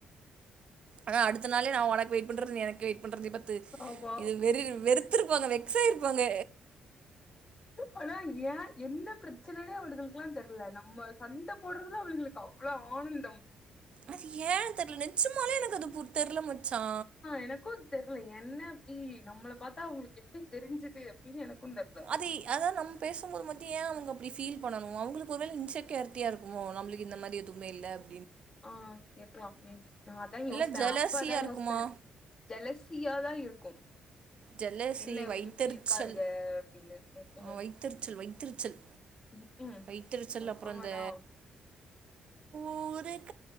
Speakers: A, on the right (about 50°); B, on the left (about 30°).
A: அதா அடுத்த நாளே நா உனக்கு வெயிட் பண்றது எனக்கு வெயிட் பண்றதயு பாத்து
B: ஆமா
A: வெறு வெறுத் துருப்பாங்க வெக்ஸ் ஆயிருப்பாங்க
B: ஆனா ஏ என்ன பிரச் சனனே அவளுகளுக்கெல்லா தெர்ல நம்ம சண்ட போடறதுல அவளுகளுக்கு அவ்ளோ ஆனந்தம்
A: அது ஏ தெர்ல நெஜ்மாலே எனக்கு அது பு தெர்ல மச்சா
B: எனக்குத் தெர்ல என்ன அப்டி நம்மள பாத்தா அவுங்களுக்கு எப்டி தெரிஞ்சுது அப்டின்னு எனக்கு தெர்ல
A: அதி அதுதா நம் பேசும்போது மட்டு ஏ அவுங்க அப்டி ஃபீல் பண்ணணு அவுங்களுக்கு ஒருவேள இன்செக்யாரிட்டிய இருக்குமோ நம்ளுக்கு இந்த மாரி எதுமே இல்ல <inaudible>
B: ஆ இருக்லா மேபி நா அதா
A: இல்ல
B: யோஸ்த
A: ஜெலசியா
B: அப்ப அதா
A: இருக்குமா
B: யோஸ்த ஜலசியாதா இருக்கு
A: ஜெலசி
B: என்ன இவளுக
A: வைத்தெரிச்சல்
B: இப்டி இருக்களுக அப்டினு ம்
A: ஆ வைத்தெரிச்சல் வைத்தெரிச்சல்
B: ம் ம் ம்
A: வைத்தெரிச்சல்
B: பொறாமதா
A: அப்ற இந்த ஊரித்